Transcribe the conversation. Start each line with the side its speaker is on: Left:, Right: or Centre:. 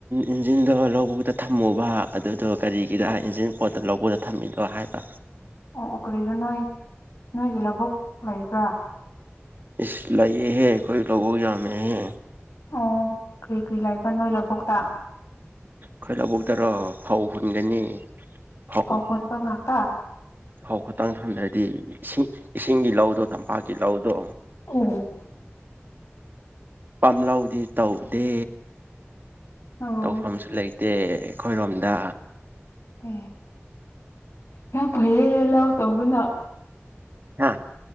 Right: ꯏꯟꯖꯤꯟꯗꯣ ꯂꯧꯕꯨꯛꯇ ꯊꯝꯃꯨꯕ ꯑꯗꯨꯗꯣ ꯀꯔꯤꯒꯤꯔ ꯏꯟꯖꯤꯟ ꯄꯣꯠꯇꯣ ꯂꯧꯕꯨꯛꯗ ꯊꯝꯃꯤꯗꯣ ꯍꯥꯏꯕ
Left: ꯑꯣ ꯑꯣ ꯀꯔꯤꯅꯣ ꯅꯣꯏ ꯅꯣꯏꯒꯤ ꯂꯧꯕꯨꯛ ꯂꯩꯕ꯭ꯔꯥ
Right: ꯏꯁ ꯂꯩꯥꯏꯌꯦꯍꯦ ꯑꯩꯈꯣꯢ ꯂꯧꯕꯨꯛ ꯌꯥꯝꯃꯦ ꯍꯦ
Left: ꯑꯣ ꯀꯔꯤ ꯀꯔꯤ ꯂꯩꯕ ꯅꯣꯏ ꯂꯧꯕꯨꯛꯇ
Right: ꯈꯣꯢ ꯂꯧꯕꯨꯛꯇꯔꯣ ꯐꯧ ꯍꯨꯟꯒꯅꯤ ꯐꯧ
Left: ꯄꯨꯟꯕ ꯐꯧ ꯉꯥꯛꯇ
Right: ꯐꯧ ꯉꯥꯛꯇꯪ ꯊꯝꯗ꯭ꯔꯗꯤ ꯏꯁꯤꯡ ꯏꯁꯤꯡꯒꯤ ꯂꯧꯗꯣ ꯇꯝꯄꯥꯛꯀꯤ ꯂꯧꯗꯣ
Left: ꯑꯣ
Right: ꯄꯥꯝꯂꯧꯗꯤ ꯇꯧꯗꯦ
Left: ꯑꯣ
Right: ꯇꯧꯐꯝꯁꯨ ꯂꯩꯇꯦ ꯂꯩꯇꯦ ꯑꯩꯈꯣꯏꯔꯣꯝꯗ
Left: ꯑꯦ ꯌꯥꯝ ꯐꯩꯌꯦ ꯂꯧ ꯇꯧꯕꯅ
Right: ꯍꯥ